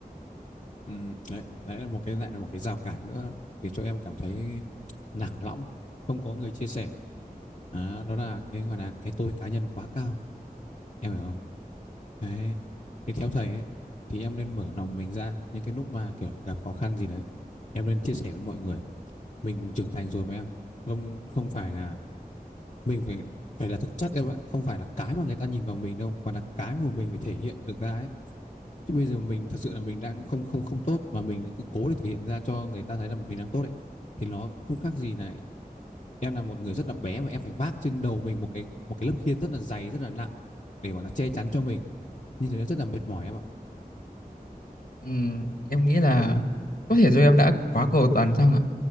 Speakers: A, on the left; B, on the left.
A: Ừm, đấy, đấy là một cái lại là một cái rào cản nữa khiến cho em cảm thấy lạc lõng, không có người chia sẻ. À, đó là cái gọi là cái tôi cá nhân quá cao, em hiểu không? Đấy. Thì theo thầy ấy, thì em nên mở lòng mình ra những cái lúc mà kiểu gặp khó khăn gì đấy, em nên chia sẻ với mọi người. Mình trưởng thành rồi mà em, không không phải là mình phải phải là thực chất em ạ, không phải là cái mà người ta nhìn vào mình đâu, mà là cái mà mình phải thể hiện được ra ấy. chứ bây giờ mình thật sự là mình đang không không không tốt mà mình lại cứ cố để thể hiện ra cho người ta thấy là mình đang tốt ấy thì nó không khác gì này em là một người rất là bé mà em phải vác trên đầu mình một cái một cái lớp khiên rất là dày rất là nặng để gọi là che chắn cho mình như thế nó rất là mệt mỏi em ạ
B: Ừm, em nghĩ là có thể do em đã quá cầu toàn chăng ạ